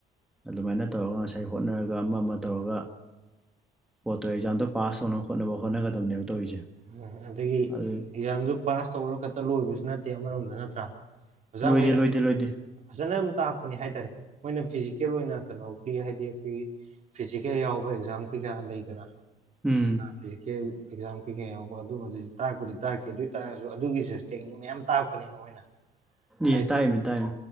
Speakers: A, in the centre; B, on the right (about 45°).
A: ꯑꯗꯨꯃꯥꯏꯅ ꯇꯧꯔꯒ ꯉꯁꯥꯏ ꯍꯣꯠꯅꯔꯒ ꯑꯃ ꯑꯃ ꯇꯧꯔꯒ ꯄꯣꯠꯇꯣ ꯑꯦꯛꯖꯥꯝꯗꯣ ꯄꯥꯁ ꯇꯧ ꯈꯣꯠꯅꯕ ꯍꯣꯠꯅꯒꯗꯕꯅꯦꯕ ꯇꯧꯔꯤꯁꯦ
B: ꯎꯝ ꯑꯗꯒꯤ
A: ꯑꯗꯨ
B: ꯑꯦꯛꯖꯥꯝꯗꯨ ꯄꯥꯁ ꯇꯧꯔ ꯈꯛꯇ ꯂꯣꯏꯕꯁꯨ ꯅꯠꯇꯦ ꯑꯃꯔꯣꯝꯗ ꯅꯠꯇ꯭ꯔꯥ ꯑꯣꯖꯥ
A: ꯂꯣꯏꯗꯦ
B: ꯃꯈꯩꯅ
A: ꯂꯣꯏꯗꯦ ꯂꯣꯏꯗꯦ
B: ꯐꯖꯅ ꯑꯗꯨꯝ ꯇꯥꯛꯛꯄꯅꯦ ꯍꯥꯏꯇꯥꯔꯦ ꯃꯣꯏꯅ ꯐꯤꯖꯤꯀꯦꯜ ꯑꯣꯏꯅ ꯀꯩꯅꯣꯒꯤ ꯍꯥꯏꯗꯤ ꯑꯩꯈꯣꯏꯒꯤ ꯐꯤꯖꯤꯀꯦꯜ ꯌꯥꯎꯕ ꯑꯦꯛꯖꯥꯝ ꯀꯩꯀꯥ ꯂꯩꯗꯅ
A: ꯎꯝ
B: ꯐꯤꯖꯤꯀꯦꯜ ꯑꯦꯛꯖꯥꯝ ꯀꯩꯀꯥ ꯌꯥꯎꯕ ꯑꯗꯨꯝꯕꯗꯨꯗꯤ ꯇꯥꯛꯄꯨꯗꯤ ꯇꯥꯛꯇꯦ ꯑꯗꯨ ꯑꯣꯏ ꯇꯥꯔꯒꯁꯨ ꯑꯗꯨꯒꯤꯁꯨ ꯇꯦꯛꯅꯤꯛ ꯃꯌꯥꯝ ꯇꯥꯛꯄꯅꯦꯕ ꯃꯣꯏꯅ
A: ꯌꯦ
B: ꯍꯥꯏꯗꯤ
A: ꯇꯥꯏꯃꯤ ꯇꯥꯏ